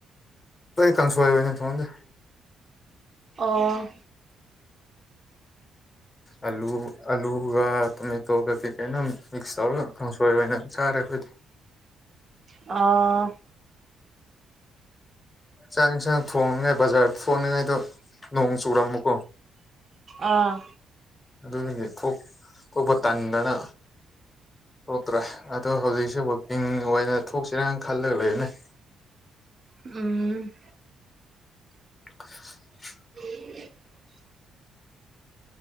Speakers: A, on the left; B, on the right.
A: ꯀꯣꯏ ꯀꯥꯡꯁꯣꯏꯅꯤ ꯊꯣꯡꯒꯦꯗ
B: ꯑꯣ
A: ꯑꯂꯨ ꯑꯂꯨꯒ ꯇꯣꯃꯦꯇꯣ ꯒ ꯀꯩ ꯀꯩꯅꯣ ꯃꯤꯛꯁ ꯇꯧꯔ ꯀꯥꯛꯁꯣꯏ ꯀꯥꯛꯁꯣꯏ ꯑꯣꯏꯅ ꯆꯥꯔꯦ ꯑꯩꯈꯣꯏꯗꯤ
B: ꯑ
A: ꯆꯥꯡ ꯏꯟꯁꯥꯡ ꯊꯣꯡꯅꯉꯥꯏ ꯕꯖꯥꯔꯗ ꯊꯣꯡꯅꯉꯥꯏꯗꯣ ꯅꯣꯡ ꯆꯨꯔꯝꯃꯨꯀꯣ
B: ꯑꯥ
A: ꯑꯗꯨꯒꯤꯗꯤ ꯊꯣꯛ ꯊꯣꯛꯄ ꯇꯟꯗꯅ ꯊꯣꯛꯇ꯭ꯔꯥ ꯑꯗꯣ ꯍꯧꯖꯤꯛꯁꯦ ꯋꯥꯛꯀꯤꯡ ꯑꯣꯏꯅ ꯊꯣꯛꯁꯤꯔꯅ ꯈꯜꯂꯒ ꯂꯩꯕꯅꯦ
B: ꯎꯝ
A: <inaudible>
B: <inaudible>